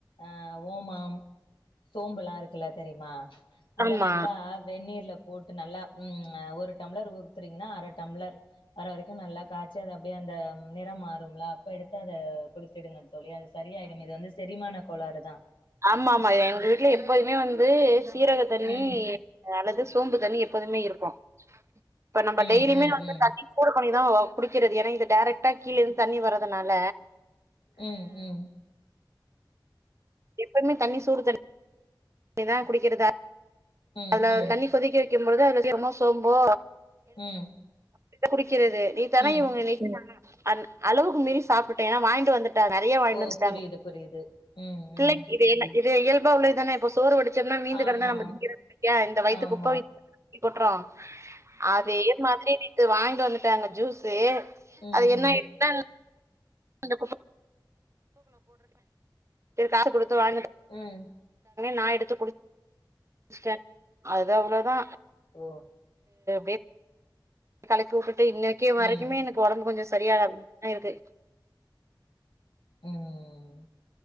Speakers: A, on the left; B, on the right.
A: ஆ ஓமம் சோம்புல்லா இருக்குல்ல தெரியுமா அத
B: ஆமா
A: நல்லா வெந்நீர்லப் போட்டு நல்லா ம் அ ஒரு டம்ளர் ஊத்துறீங்ன்னா அர டம்ளர் வர வரைக்கும் நல்லா காச்சு அது அப்டே அந்த நிறம் மாறும் ல அப் ப்ப எடுத்து அத குடுத் ச்சுடுங்க தோழி அஸ் சரியாயிடும் இது வந்து செரிமான கோளாறுதா
B: ஆமா ஆமா எங்க வீட்ல எப்போதுமே வந்து சீரக தண்ணி
A: ம்
B: அல்லது சோம்பு தண்ணி எப்போதுமே இருக்கும் இப்ப நம்ப
A: ம், ம்,
B: டெய்லிமே வந்து
A: ம்.
B: தண்ணி சூடு பண்ணிர் தா குடிக்கிறது ஏனா இது டேரக்டா கீழே இருந் தண்ணி வரதுனால
A: ம் ம்
B: எப்பமே தண்ணி சூடு தண்ணி ணிதா குடிக்கிறதா
A: ம்,
B: அதுல
A: ம்.
B: தண்ணி கொதிக்க வைக் குக் பொழுது <unintelligible> சோம்போ
A: ம்
B: இத குடிக் கிறது நீ தானே
A: ம்.
B: இவங்க <unintelligible> அன் அளவுக்கு மீறி சாப்டுட்டே வாங்கிட் டு வந்துட்டா நெறையா வாங்கினு
A: ஓ!
B: வன்ட்டாங்க
A: புரியுது, புரியுது. ம்,
B: பிள்ளைங்
A: ம்.
B: இது எல்லா இ இயல்பா உள்ளதுதானே இப்போ சோறு வடி ச்சனா மீந்து
A: ஆமா,
B: கடந்தா நம்ம திங்கிறது இல்ல இந்த வயித்துக்
A: ஆமா.
B: குப்ப வ கொட்றோ அதே மாதிரி நேத் து வாங்கிட்டு வந்துட்டாங்க ஜூஸு
A: ம்,
B: அது என்ன
A: ம்.
B: இருக்குதோ <unintelligible> காசு கொடுத்து வாங்கி
A: ம்
B: நா எடுத்து குடிச்ட்டே அது அவ்வளோதா
A: ஓ
B: வெப் கலைக்கு இன்னக்கே மறைக்குமே
A: ம்.
B: எனக்கு உடம்பு கொஞ்சம் சரியாக தா இருக்கு
A: உம்